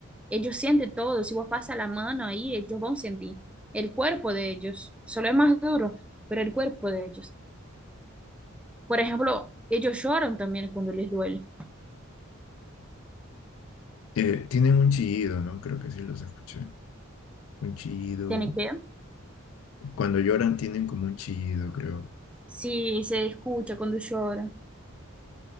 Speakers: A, in the centre; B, on the left (about 75°).
A: Ellos sienten todo, si vos pasas la mano ahí, ellos van a sentir el cuerpo de ellos. Solo es más duro, pero el cuerpo de ellos. Por ejemplo, ellos lloran también cuando les duele.
B: eh, tienen un chillido, ¿no? Creo que sí los escuché. Un chillido.
A: Tienen que,
B: Cuando lloran tienen como un chillido, creo.
A: sí, se escucha cuando lloran.